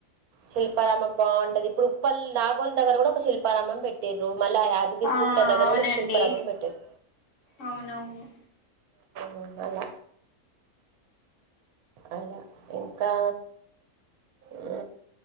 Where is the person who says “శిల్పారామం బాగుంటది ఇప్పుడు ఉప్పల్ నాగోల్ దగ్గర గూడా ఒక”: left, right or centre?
Right